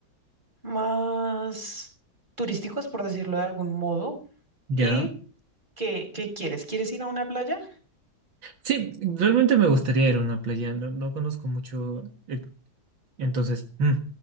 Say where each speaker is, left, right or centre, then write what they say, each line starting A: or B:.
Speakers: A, on the right; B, on the right.
A: más turísticos, por decirlo de algún modo.
B: Ya.
A: ¿Y qué, qué quieres? ¿Quieres ir a una playa?
B: Sí, realmente me gustaría ir a una playa, no, no conozco mucho, eh, entonces mm,